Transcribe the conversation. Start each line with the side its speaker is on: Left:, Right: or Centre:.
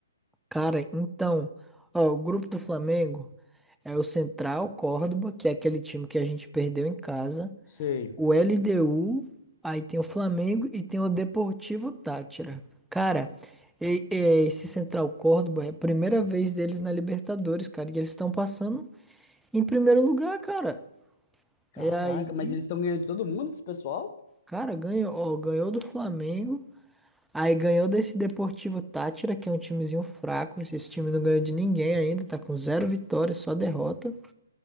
Centre: Cara, então, ó, o grupo do Flamengo é o Central Córdoba, que é aquele time que a gente perdeu em casa.
Left: Sei.
Centre: o LDU, aí tem o Flamengo e tem o Deportivo Táchira. Cara, e- e esse Central Córdoba é a primeira vez deles na Libertadores, cara, e eles estão passando em primeiro lugar, cara.
Left: Caraca,
Centre: E aí,
Left: mas eles estão ganhando de todo mundo, esse pessoal?
Centre: cara, ganhou, ó, ganhou do Flamengo, aí ganhou desse Deportivo Táchira, que é um timezinho fraco, esse time não ganhou de ninguém ainda, tá com zero vitórias, só derrota.